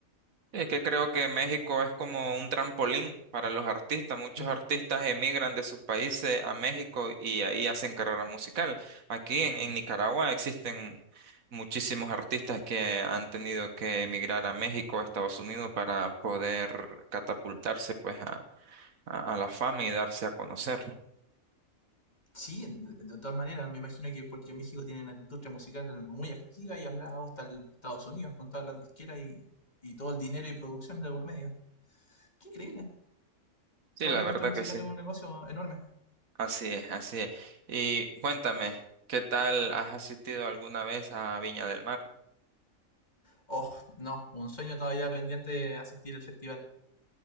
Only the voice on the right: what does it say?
Es que creo que México es como un trampolín para los artistas. Muchos
artistas emigran de sus países a México y ahí hacen carrera musical. Aquí en, en Nicaragua existen muchísimos artistas que han tenido que emigrar a México, o Estados Unidos para poder catapultarse pues a, a, a la fama y darse a conocer.
Sí,
la
verdad
que sí.
Así es, así es. Y cuéntame, ¿qué tal has asistido alguna vez a Viña del Mar?